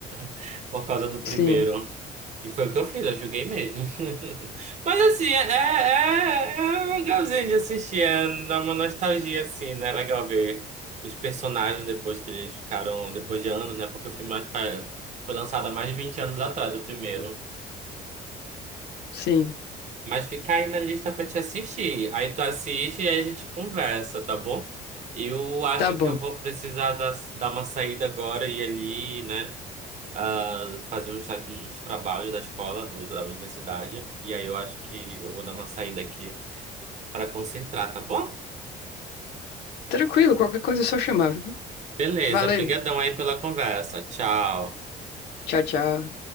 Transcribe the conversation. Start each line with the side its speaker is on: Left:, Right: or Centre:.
Right: <laughs> Por causa do primeiro.
Left: Sim,
Right: E foi o que eu fiz, eu julguei mesmo. <laughs> Mas assim, é, é, é é legalzinho de assistir, é dá uma nostalgia, assim, né? É Legal ver os personagens depois que eles ficaram, depois de anos, né? Porque o filme acho que foi foi lançado há mais de 20 anos atrás, o primeiro.
Left: sim.
Right: Mas fica aí na lista pra te assistir. Aí tu assiste e aí a gente conversa, tá bom? Eu acho
Left: Tá bom.
Right: que eu vou precisar dar, dar uma saída agora e ir ali, né? ah, fazer uns, uns trabalhos da escola, do, da universidade. E aí eu acho que eu vou dar uma saída aqui pra concentrar, tá bom?
Left: Tranquilo, qualquer coisa é só chamar, viu?
Right: Beleza,
Left: Valeu.
Right: brigadão aí pela conversa. Tchau.
Left: Tchau, tchau.